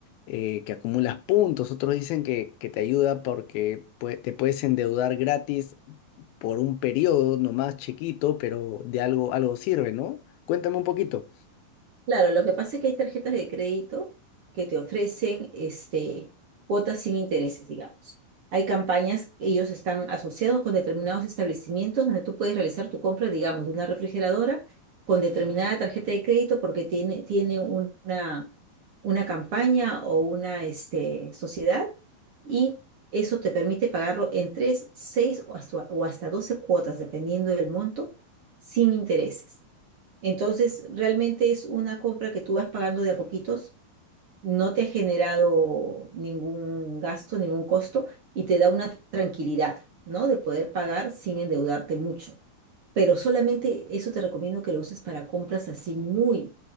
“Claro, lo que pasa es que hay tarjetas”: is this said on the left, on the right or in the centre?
Right